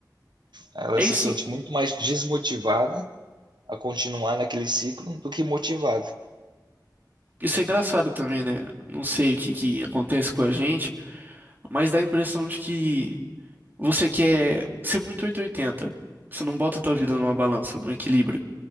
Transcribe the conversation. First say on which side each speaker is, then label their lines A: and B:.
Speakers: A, on the right (about 85°); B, on the right (about 25°).
A: Ela
B: É
A: se
B: isso,
A: sente muito mais desmotivada a continuar naquele ciclo do que motivada.
B: isso é engraçado também, né? Não sei o que que acontece com a gente, mas dá a impressão de que você quer ser muito 880. Você não bota a tua vida numa balança, num equilíbrio.